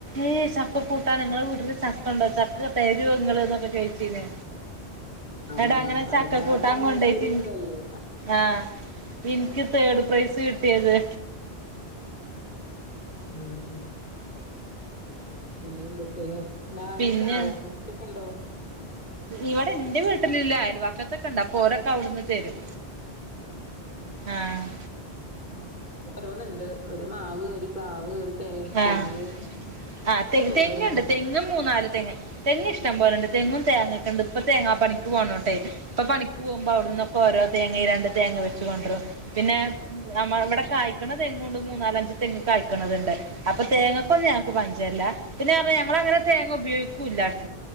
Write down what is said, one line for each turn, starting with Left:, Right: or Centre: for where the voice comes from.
Right: ഏയ് ചക്ക കൂട്ടാ നിങ്ങളെ വീട്ടില് ചക്ക ഉണ്ടോ ചക്ക തരു ഇങ്ങള് എന്നൊക്കെ ചോയിച്ചീനീ
Left: ആഹ്
Right: എടാ അങ്ങനെ ചക്കക്കൂട്ടൻ
Left: അയിന് ആ സമയത്തൊരു
Right: കൊണ്ടിയിട്ട്
Left: ഇതല്ലേ
Right: ആഹ് എനിക്ക് തേർഡ് പ്രൈസ് കിട്ടിയത്
Left: ആഹ് ഉം പിന്നെ എന്തൊക്കെയ മാങ്ങ
Right: പിന്നെ
Left: ഒകെ ഉണ്ടോ മൂച്ചൊക്കെ ഉണ്ടോ
Right: ഇവിടെ എന്റെ വീട്ടിലില്ല അയൽവാക്കത്തൊക്കെ ഉണ്ട് അപ്പോ ഓരൊക്കെ അവിടുന്ന് തരും ആഹ്
Left: നമുക്ക് ഇപ്പൊ ഓരോന്നുണ്ട് ഒരു മാവ് ഒരു പ്ലാവ് ഒരു തെങ്ങ്
Right: ആഹ് ആ തെ
Left: ഒക്കെ
Right: തെങ്ങുണ്ട്
Left: ഓരോന്നുണ്ട്
Right: തെങ്ങും മൂന്നാല് തെങ്ങ് തെങ്ങ് ഇഷ്ടം പോലെണ്ട് തെങ്ങും തേങ്ങൊക്കെ ഉണ്ട് ഇപ്പ തേങ്ങാ പണിക്ക് പോണോട്ടെ ഇപ്പ പണിക്ക്
Left: ആഹ്
Right: പോകുമ്പോ അവിടന്നൊക്കെഓരോ തേങ്ങ രണ്ട് തേങ്ങ വച്ച് കൊണ്ടരും പിന്നെ
Left: ആഹ്
Right: നമ്മ ഇവിടെ കായ്ക്കണ തെങ്ങും ണ്ട് മൂന്നാലഞ്ച് തെങ്ങ് കായ്ക്കണതുണ്ട് അപ്പൊ തേങ്ങക്ക്
Left: ആഹ്
Right: ഒന്നും ഞങ്ങക്ക് പഞ്ചല്ല പിന്നെ ന്ന് പറഞ്ഞാ ഞങ്ങ
Left: ഉം
Right: അങ്ങനെ തേങ്ങ ഉപയോഗിക്കൂല്ലാ